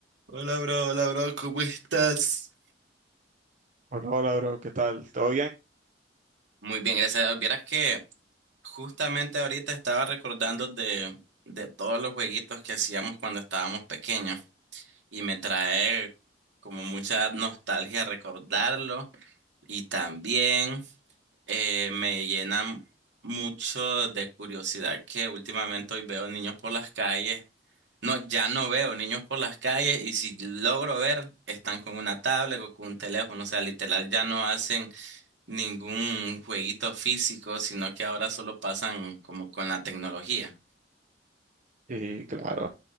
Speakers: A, on the right; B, on the right.
A: Hola, bro, hola, bro, ¿cómo estás?
B: Hola, hola, bro, ¿qué tal? ¿Todo bien?
A: Muy bien, gracias a Dios. Vieras que justamente ahorita estaba recordando de, de todos los jueguitos que hacíamos cuando estábamos pequeños y me trae como mucha nostalgia recordarlo y también eh, me llena mucho de curiosidad que últimamente hoy veo niños por las calles. No, ya no veo niños por las calles y si logro ver, están con una tablet o con un teléfono, o sea, literal ya no hacen ningún jueguito físico, sino que ahora solo pasan como con la tecnología.
B: Sí, claro.